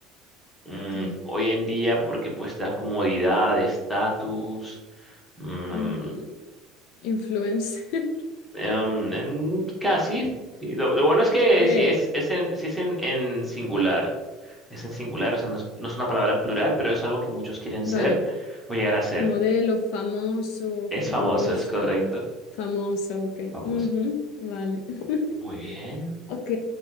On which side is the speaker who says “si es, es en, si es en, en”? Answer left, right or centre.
Centre